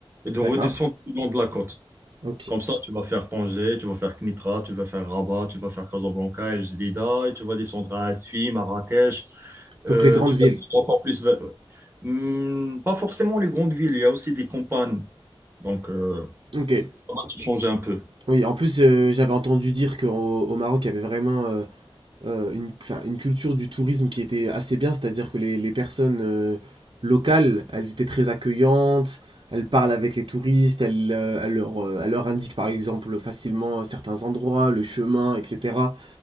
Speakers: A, on the right; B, on the right.
A: et de redescendre
B: D'accord.
A: le long de la côte.
B: Ok.
A: Comme ça, tu vas faire Tanger, tu vas faire Knitra, tu vas faire Rabat, tu vas faire Casablanca, El Jadida, et tu vas descendre à Asfi, Marrakech. Euh,
B: Donc les grandes
A: tu vas
B: villes.
A: descendre encore plus vers- Hmm, pas forcément les grandes villes, il y a aussi des campagnes. Donc, euh,
B: Ok.
A: ça ça va te changer un peu.
B: Oui. En plus euh, j'avais entendu dire qu'au au Maroc il y avait vraiment euh, euh, une, enfin, une culture du tourisme qui était assez bien, c'est-à-dire que les, les personnes euh, locales elles étaient très accueillantes. Elles parlent avec les touristes, elles, euh, elles leur, euh, elles leur indiquent par exemple facilement certains endroits, le chemin, etc.